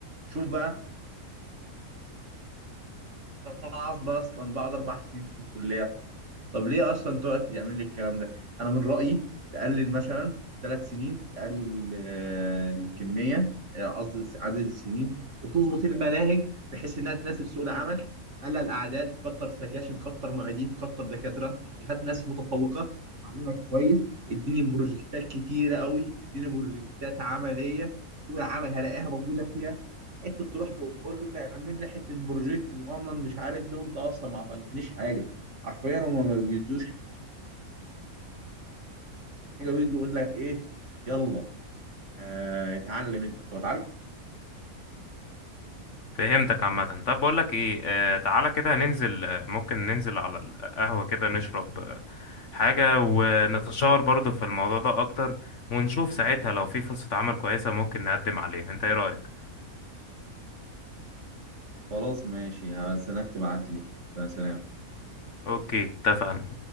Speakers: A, on the right (about 50°); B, on the left (about 55°).
A: شوف بقى وانا اصلا بقعد اربع سنين في الكليه طب ليه اصلا تقعد تعمل لي الكلام ده انا من رايي تقلل مثلا ثلاث سنين تقلل آه، الكميه آه، قصدي عدد السنين وتظبط المناهج بحيث انها تناسب سوق العمل قلل اعداد كتر سكاشن كتر معيدين كتر دكاتره هات ناس متفوقه علمك كويس اديني بروجكتات كتيره قوي اديني بروجكتات عمليه سوق العمل هلاقيها موجوده فيها حته تروح تقول لي اعمل لي حته بروجكت صغنن مش عارف ايه وانت اصلا ما عطيتنيش حاجه حرفيا هما ما بيدوش حاجه ويجي يقول لك ايه يلا آه اتعلم انت طب اتعلم
B: فهمتك عامة طب بقول لك ايه آه تعالى كده ننزل آه، ممكن ننزل على القهوة كده نشرب آه، حاجة ونتشاور برضو في الموضوع ده اكتر ونشوف ساعتها لو في فرصة عمل كويسة ممكن نقدم عليها انت ايه رأيك؟
A: خلاص ماشي بس انك تبعت لي فسلام
B: اوكي اتفقنا